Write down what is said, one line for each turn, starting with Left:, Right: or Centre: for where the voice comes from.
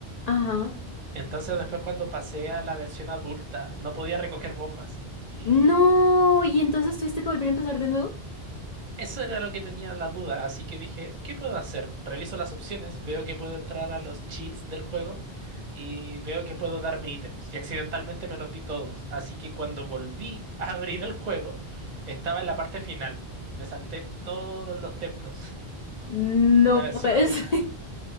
Left: Ajá.
Right: Entonces después cuando pasé a la versión adulta no podía recoger bombas. Y
Left: No, y entonces tuviste que volver a empezar de nuevo.
Right: Eso era lo que tenía la duda, así que dije, ¿qué puedo hacer? Reviso las opciones, veo que puedo entrar a los cheats del juego y veo que puedo darme ítems. Y accidentalmente me los di todos, así que cuando volví <laughs> a abrir el juego, estaba en la parte final. Me salté todos los templos <laughs>
Left: No
Right: de la versión
Left: puedes.
Right: adulta
Left: <laughs>